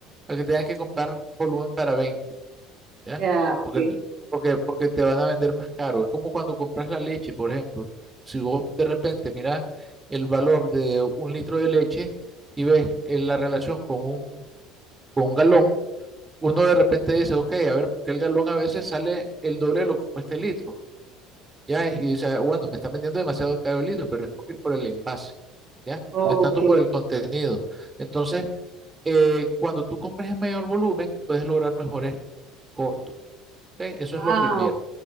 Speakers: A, on the right; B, on the right.
A: a que tengas que comprar volumen para veinte ¿ya?
B: ya, ok,
A: Porque, porque, porque te van a vender más caro. Es como cuando compras la leche, por ejemplo. Si vos de repente miras el valor de un litro de leche y ves eh, la relación con un, con un galón, uno de repente dice, ok, a ver, porque el galón a veces sale el doble de lo que cuesta el litro, ¿ya? Y dice, "Ah, bueno, me están vendiendo demasiado caro el litro, pero es porque- por el envase, ¿ya?
B: ok.
A: No es tanto por el contenido. Entonces, eh, cuando tú compras en mayor volumen, puedes lograr mejores costos, ¿ok? Eso
B: Ah,
A: es lo primero.
B: ok.